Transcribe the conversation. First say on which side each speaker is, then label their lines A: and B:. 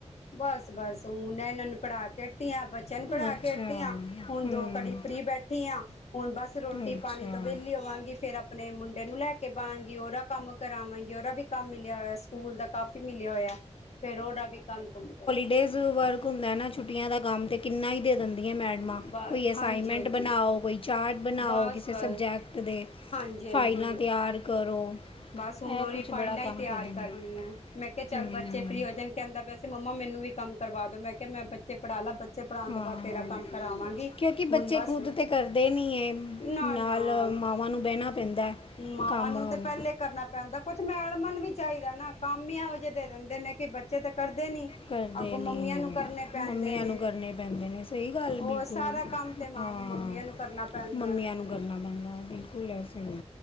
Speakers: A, on the left (about 65°); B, on the left (about 50°).
A: ਬਸ ਬਸ ਹੁ ਇਹਨਾਂ ਨੂੰ ਪੜ੍ਹਾ ਕੇ ਹਟੀ ਆ ਬੱਚਿਆਂ ਨੂੰ ਪੜ੍ਹਾ
B: ਅੱਛਾ
A: ਕੇ ਹਟੀ ਆ ਹੁਣ
B: ਹੂੰ
A: ਦੋ ਘੜੀ ਫਰੀ ਬੈਠ ਉਠੀ ਹਾਂ ਹੁਣ ਬਸ ਰੋਟੀ
B: ਅੱਛਾ
A: ਪਾਣੀ ਤੋਂ ਵਿਹਲੀ ਹੋਵਾਂਗੀ ਫੇਰ ਅਪ ਆਪਣੇ ਮੁੰਡੇ ਨੂੰ ਲੈ ਕੇ ਬਹਾਂਗੀ ਉਹਦਾ ਕੰਮ ਕਰਾਵਾਂਗੀ ਉਹਦਾ ਵੀ ਕੰਮ ਮਿਲਿਆ ਹੋਇਆ ਸਕੂਲ ਦਾ ਕਾਫੀ ਮਿਲਿਆ ਹੋਇਆ ਫੇਰ ਉਹਦਾ ਵੀ ਕੰਮ ਕੁਮ ਕਰ
B: ਡੇਜ਼ ਵਰਕ ਹੁੰਦਾ ਨਾ ਛੁੱਟੀਆਂ ਦਾ ਕੰਮ ਤੇ ਕਿੰਨਾ ਹੀ ਦੇ ਦਿੰਦੀਆਂ ਮੈਡਮਾਂ
A: ਬ
B: ਕੋਈ ਅਸਾਈਨਮੈਂਟ
A: ਹਾਂਜੀ ਹਾਂਜੀ
B: ਬਣਾਓ ਕੋਈ ਚਾਰਟ ਬਣਾਓ
A: ਬਸ
B: ਕਿਸੇ
A: ਬਸ
B: ਸਬਜੈਕਟ ਦੀ
A: ਹਾਂਜੀ ਹਾਂਜੀ
B: ਫਾਈਲਾਂ ਤਿਆਰ ਕਰੋ
A: ਬਸ ਹੁਣ
B: ਇਹ
A: ਉਹਦੀ
B: ਕੁਝ
A: ਫਾਈਲਾਂ
B: ਬੜਾ ਕੰਮ
A: ਹੀ ਤਿਆਰ
B: ਦੇ ਦਿੰਦੇ
A: ਕਰਨੀਆਂ ਮੈਂ ਕਿਹਾ ਚੱਲ
B: ਹਮ,
A: ਬੱਚੇ ਫਰੀ ਹੋ ਜਣ ਕਹਿੰਦਾ ਪਿਆ ਸੀ ਮੰਮਾ ਮੈਨੂੰ ਵੀ ਕੰਮ ਕਰਵਾ ਦੋ ਮੈਂ ਕਿਹਾ ਮੈਂ ਬੱਚੇ ਪੜ੍ਹਾ ਲਾ ਬੱਚੇ ਪੜ੍ਹਾਉਣ
B: ਹਾਂ
A: ਤੋਂ ਬਾਅਦ ਤੇਰਾ ਕੰਮ ਕਰਾਵਾਂਗੀ
B: ਕਿਉਂਕਿ ਬੱਚੇ
A: ਹੁਣ ਬਸ
B: ਖੁਦ ਤੇ ਕਰਦੇ ਨਹੀਂ ਹੈ
A: ਨਾ
B: ਨਾਲ
A: ਨਾ
B: ਮਾਵਾਂ ਨੂੰ ਬਹਿਣਾ ਪੈਂਦਾ
A: ਮਾਵਾਂ
B: ਕੰਮ
A: ਨੂੰ ਤੇ ਪਹਿਲੇ ਕਰਨਾ ਪੈਂਦਾ ਕੁਛ ਮੈਡਮਾਂ ਨੂੰ ਵੀ ਚਾਹੀਦਾ ਨਾ ਕੰਮ ਹੀ ਇਹੋ ਜਿਹੇ ਦੇ ਦਿੰਦੇ ਨੇ ਕਿ ਬੱਚੇ ਤਾਂ ਕਰਦੇ ਨੀ
B: ਕਰਦੇ
A: ਅੱਗੋਂ ਮੰਮੀਆਂ
B: ਨੀ
A: ਨੂੰ ਕਰਨੇ ਪੈਂਦੇ
B: ਮੰਮੀਆਂ
A: ਨੇ
B: ਨੂੰ ਕਰਨੇ ਪੈਂਦੇ ਨੇ ਕੋਈ ਗੱਲ
A: ਉਹ
B: ਬਿਲਕੁਲ
A: ਸਾਰਾ ਕੰਮ ਤੇ ਮਾਂ
B: ਹਾਂ
A: ਮੰਮੀਆਂ ਨੂੰ ਕਰਨਾ ਪੈਂਦਾ
B: ਮੰਮੀਆਂ ਨੂੰ ਕਰਨਾ ਪੈਂਦਾ, ਬਿਲਕੁਲ ਸਹੀ